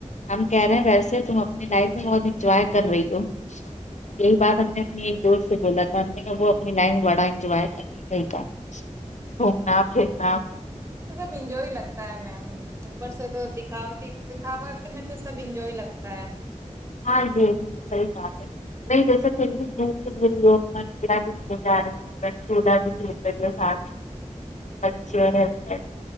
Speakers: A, on the left; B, on the right.
A: ہم کہہ رہے ہیں ویسے تم اپنی لائف میں بہت انجوائے کر رہی ہو یہی بات ہم نے اپنی ایک دوست سے بولا تھا ہم نے وہ اپنی لائف میں بڑا انجوائے تھا گھومنا پھرنا
B: انجو ہی لگتا ہے میم اوپر سے تو دکھاوٹ دکھاوٹ میں تو سب انجوہے لگتا ہے
A: ہاں جی جی صحیح بات ہے نہیں جیسے پھر بھی گھوم پھیر رہی ہی اپنا کیڑا بھی لیے جا رہے ہیں بچ چھوڑا ایک دوسرے کے ساتھ اچھی اور ہیئت کارڈ